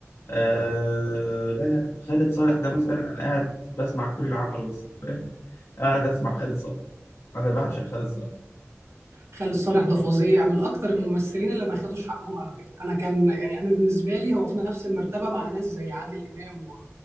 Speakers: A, on the left; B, on the right.
A: آه لا لا خالد صالح ده مثلا انا قاعد بسمع كل اللي عمله بس فاهم؟ قاعد اسمع خالد صالح انا بعشق خالد صالح
B: خالد صالح ده فظيع من اكتر الممثلين اللي ما خدوش حقهم على فكره انا كان يعني انا بالنسبه لي هو في نفس المرتبه مع ناس زي عادل امام و...